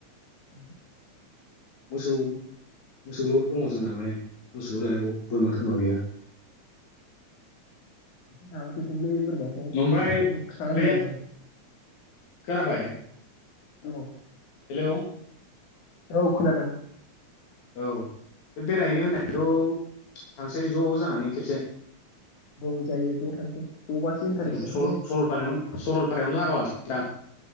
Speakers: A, on the left; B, on the left.
A: औ
B: मोसौ मोसौल दङ जोंना माने मोसौल लायनांगौ बोरमा थोरमा गैया
A: लाबोदेरदोंलै बोरमाखौ
B: ओमफ्राय
A: खानांगौ
B: बे
A: जादों
B: खोनाबाय
A: औ
B: हेलौ
A: औ खोनादों
B: औ बेरायनो होननायखौ थांसै ज जानानै खेबसे
A: औ जायो ज थांसै जबासो इन्टारेस्ट
B: उम सरल
A: जायोलै
B: सरलपारायावनो सरलपारायावनो <unintelligible>